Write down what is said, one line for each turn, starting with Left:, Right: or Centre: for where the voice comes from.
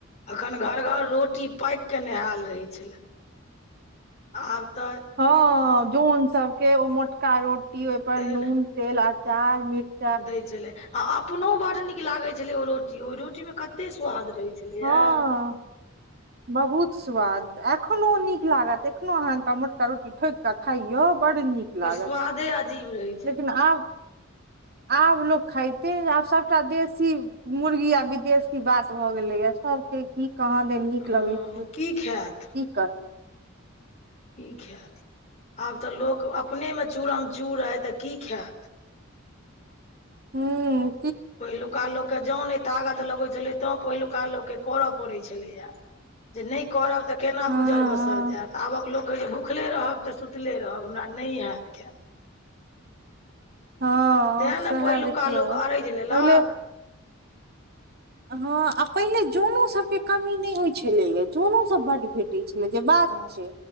Left: अखन घर- घर रोटी पाकिक नहायल रहै छलए आब तऽ।
Right: हँ जोन सबके ओ मोटका रोटी ओहिपर
Left: तेल
Right: नून तेल अचार मिर्च
Left: दै छलै, आ अपनो बड्ड नीक लागैत छलै ओ रोटी ओहि रोटी मे कते स्वाद रहैत। छेलियै।
Right: हँ बहुत स्वाद एखनो नीक लागत एखनो अहाँक मोटका रोटी ठोइक खाइयऔ बड़ नीक
Left: ओकर
Right: लागत
Left: स्वादे अजीब रहे।
Right: लेकिन आब। आब लोक खाइते नहि आब सबटा देसी मुर्गी आ विदेशी बात भऽ गेलै या सबके की कहाँ देन नीक
Left: हँ
Right: लगै छै की
Left: खायत
Right: करते।
Left: की खायत आब तऽ लोक अपनेमे चूरम- चूर अइ तऽ की खायत।
Right: हूं।
Left: पहिलुका लोक के जान ए तागत लगैत छलै तों पहिलुका लोकके करय पड़े छलैय जे नहि करब तऽ केना
Right: हँ
Left: गुजर बसर
Right: हँ
Left: जायत आबक लोक कहैत छै भुखले रहब तऽ सुतले रहब हमरा नहि होयत कैल।
Right: हँ
Left: तें
Right: सहै
Left: ने पहिलुका
Right: देखियो
Left: लोक अरैज लेलक
Right: पहिले हँ आ पहिले जाॅनो सबके कमी नहि होइ छलैया, जनो सब बड भेट टै छलै जे बात
Left: तऽ
Right: छै